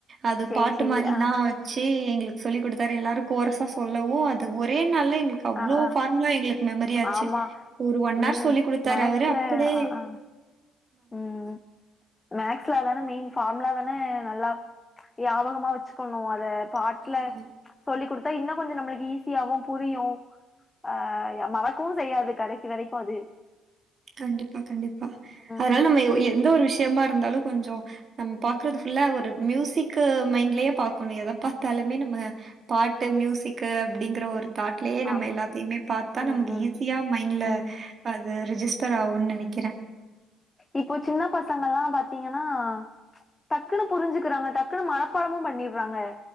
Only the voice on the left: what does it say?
சேரி
சேரி
ஆ
ஆ ஆ
ஆமா
ம்
மேக்ஸ்ல
ஆ ஆ ம் ம் மேக்ஸ்ல தானே மெயின் ஃபார்முலா தான நல்லா நியாபகமா வச்சுக்கணும் அத பாட்ல
சொல்லி் குடுத் இன்னும் கொஞ்சம் நம்மளுக்கு ஈஸியாவும் புரியும். ஆ மறக்கவும் செய்யாது கடைசி வரைக்கும் அது.
ம்
ஆமா
ம்
ம்
ம்
இப்போ சின்ன பசங்கள்ல்லாம் பாத்தீங்கன்னா டக்குன்னு புரிஞ்சுக்கறாங்க டக்குன்னு மனப்பாடமும் பன்னிறாங்க.